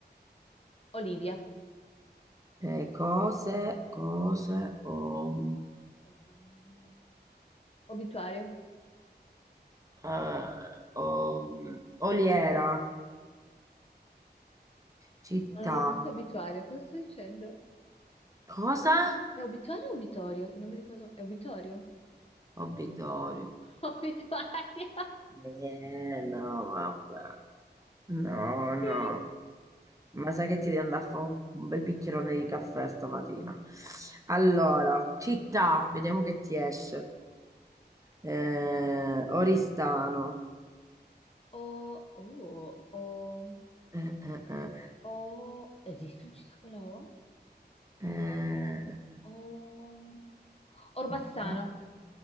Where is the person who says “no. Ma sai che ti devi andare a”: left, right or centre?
Right